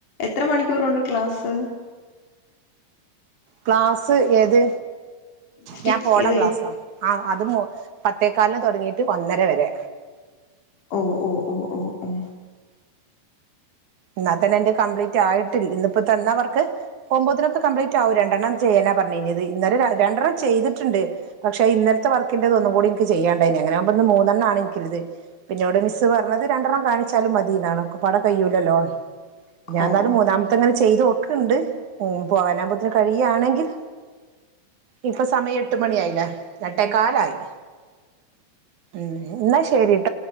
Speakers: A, on the left (about 75°); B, on the right (about 70°).
A: എത്ര മണിക്കൂർ ഉണ്ട് ക്ലാസ്
B: ക്ലാസ് എത്
A: സ്റ്റിച്ച്
B: ഞാൻ പോണ
A: ചെയ്ത് കഴിയുമ്പോ
B: ക്ലാസ്സാ ആ അത് പത്തേക്കാലിന് തുടങ്ങിട്ട് ഒന്നര വരെ
A: ഓ ഓ ഓ ഓ ഓ
B: എന്നാ തന്നെ എന്റെ കംപ്ലീറ്റ് ആയിട്ടില്ല ഇന്നിപ്പോ തന്ന വർക്ക് പോകുമ്പോത്തിനൊക്കെ കംപ്ലീറ്റ് ആവും രണ്ടെണ്ണം ചെയ്യാനാ പറഞ്ഞഞ്ഴഞ്ഞത് ഇന്നല രണ്ടെണ്ണം ചെയ്തിട്ടുണ്ട് പക്ഷെ ഇന്നലത്തെ വർക്കിറത് ഒന്നും കൂടി എനിക്ക് ചെയ്യാണ്ടായിന് അങ്ങനെകുമ്പ ഇന്ന് മൂന്നെണ്ണംണ് എനിക്കത് പിന്നോട് മിസ്സ് പറഞ്ഞത് രണ്ടെണ്ണം കാണിച്ച ച്ചാലും മതിന്നാണ് പട കയ്യൂലല്ലോ ഞാൻ
A: ഓ
B: എന്നാലും
A: ഓ
B: മൂന്നാമത്തെങ്ങെ ചെയ്ത് നോക്ക് ണ്ട് ഉം പോകാനാകുമ്പോത്തന് കഴിയയാണെങ്കിൽ ഇപ്പൊ സമയം എട്ട് മണി ആായില്ല എട്ടേക്കാലായി ഉം എന്നാ ശരി